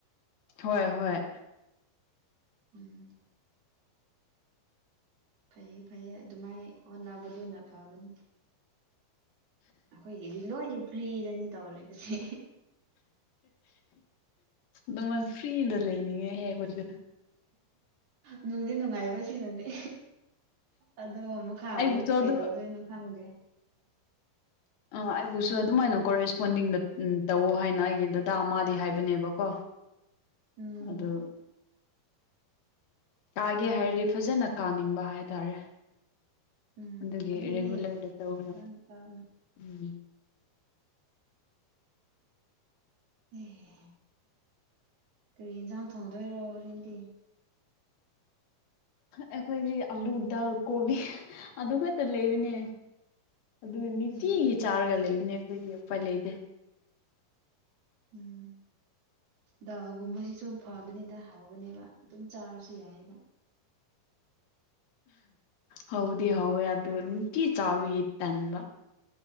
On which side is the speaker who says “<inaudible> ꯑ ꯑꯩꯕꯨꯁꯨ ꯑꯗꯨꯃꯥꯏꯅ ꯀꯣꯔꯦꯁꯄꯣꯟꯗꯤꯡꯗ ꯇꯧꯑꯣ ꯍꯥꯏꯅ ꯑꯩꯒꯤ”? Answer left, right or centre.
Left